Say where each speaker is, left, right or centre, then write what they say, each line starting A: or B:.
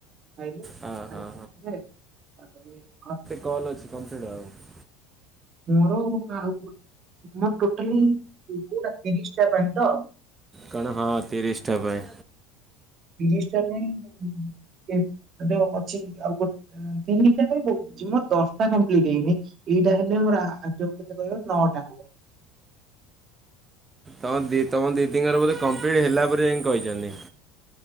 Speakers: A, on the right (about 45°); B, on the right (about 25°).
A: ଖାଇଲୁ
B: ହଁ
A: ଖାଇ
B: ହଁ
A: ସାରିଲା ପରେ ତାପରେ ହଁ।
B: କଲ ଅଛି କମ୍ପ୍ଲିଟ ହବାକୁ।
A: ମୋର ଆଉ ଗୋ ମୋର ଟୋଟାଲ କୋଉଟା ତିରିଶ ଟା ପାଇଁ ତ।
B: କଣ ହଁ ତିରିଶ ଟା ପାଇଁ।
A: ତିରିଶ ଟା ପାଇଁ କେ ମାତ୍ର ଅଛି ଆଉ ଗୋଟେ। ତିରିଶିଟା ପାଇଁ ବହୁତ ଅଛି ମୋର ଦଶଟା କମ୍ପ୍ଲିଟ ହେଇନି ଏଇଟା ହେଲେ ମୋର ଆ ଆ ଯୋଉ କେତେ କହିଲ ନଅଟା ହବ।
B: ତମ ଦି ତମ ଦିଦିଙ୍କର ବୋଧେ କମ୍ପ୍ଲିଟ ହେଲା ପରେ ଯାଇକି କହିଛନ୍ତି।